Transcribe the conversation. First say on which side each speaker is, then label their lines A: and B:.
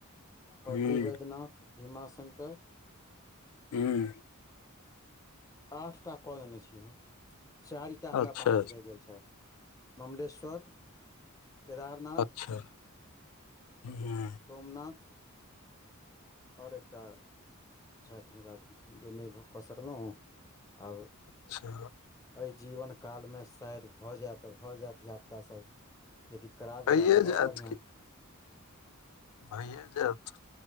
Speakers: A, on the left; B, on the left.
A: पली
B: ह ह
A: बैद्यनाथ भीमाशंकर
B: हूँ
A: आठ टा कऽ देने छी हम चारि टा हमरा
B: अच्छा
A: बकी रहि गेल छथि ममलेश्वर केदारनाथ
B: अच्छा हूँ
A: सोमनाथ आओर एकटा छथि हमरा जे नहि भ कऽ सकलहुँ आब
B: अच्छा
A: एहि जीवन कालमे शायद भऽ जाय तऽ भऽ जाय धियापुता सभ यदि करा
B: भइए
A: देता तऽ बड़
B: जायत
A: बढ़िया
B: की भइए जायत